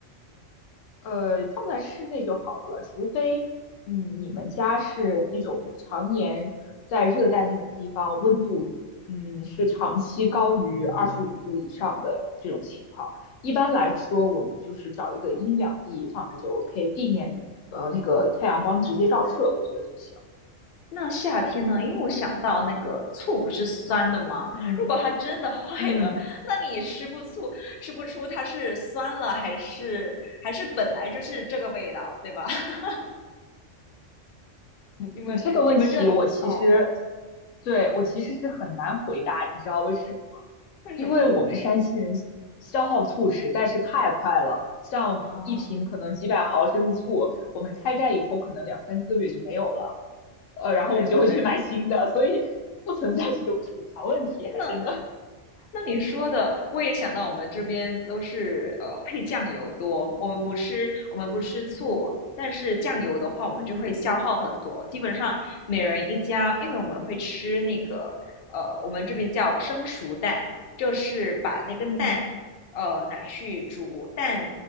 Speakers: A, on the left (about 80°); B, on the left (about 55°).
A: 呃，放在室内就好了，除非，嗯，你们家是那种常年在热带那种地方，温度，嗯，是长期高于二十五度以上的这种情况。一般来说，我们就是找一个阴凉地放着就 OK，避免呃那个太阳光直接照射，我觉得就行。
B: 那夏天呢？因为我想到那个醋不是酸的吗？
A: 嗯
B: 如果它真的坏了，
A: 嗯
B: 那你也吃不醋，吃不出它是酸了还是还是本来就是这个味道，对吧？<laughs>
A: 你你这个问题，
B: 你们你们这哦，
A: 我其实，对，我其实是很难回答，你知道为什么吗？
B: 为什么
A: 因为我们山西人消耗醋实在是太快了，像一瓶可能几百毫升的醋，
B: 啊？
A: 我们开盖以后可能两三个月就没有了，呃，然后我们就会去买新的，
B: 对对，
A: 所以不存在这种储藏问题，还真的。
B: 那那你说的，我也想到我们这边都是呃配酱油多，
A: 嗯
B: 我们不吃我们不吃醋，
A: 嗯
B: 但是酱油的话，我们就会消耗很多。
A: 嗯
B: 基本上每人一家，因为我们会吃那个呃，我们这边叫生熟蛋，就是把那个蛋呃拿去煮，
A: 嗯
B: 蛋